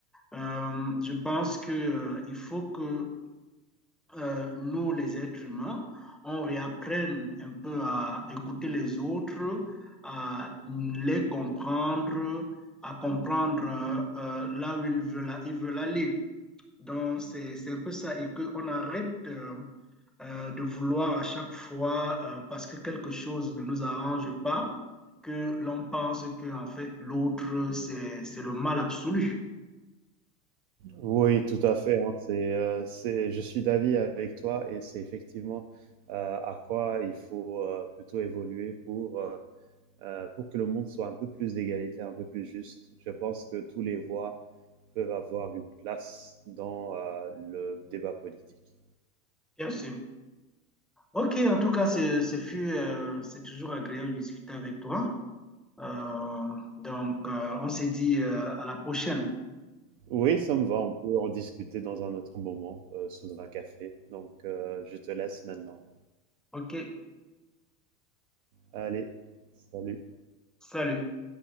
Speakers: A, in the centre; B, on the right.
A: Euh, je pense que euh, il faut que euh, nous, les êtres humains, on réapprenne un peu à écouter les autres, à les comprendre, à comprendre euh, euh, là où ils veulent, ils veulent aller. Donc, c'est, c'est un peu ça et qu'on arrête. euh, euh, de vouloir à chaque fois, euh, parce que quelque chose ne nous arrange pas, que l'on pense que en fait l'autre, c'est, c'est le mal absolu.
B: Oui, tout à fait, hein. C'est, heu, c'est je suis d'avis avec toi et c'est effectivement, heu, à quoi il faut, heu, plutôt évoluer pour, heu heu, pour que le monde soit un peu plus égalitaire, un peu plus juste. Je pense que tous les voix peuvent avoir une place dans, heu, le débat politique.
A: Bien sûr. Ok, en tout cas, c'est, ce fut, euh, c'est toujours agréable de discuter avec toi. Euh, donc, euh, on se dit euh, à la prochaine.
B: Oui, ça me va, on peut en discuter dans un autre moment, heu, sous un café. Donc, heu, je te laisse maintenant.
A: Ok,
B: Allez, salut.
A: salut.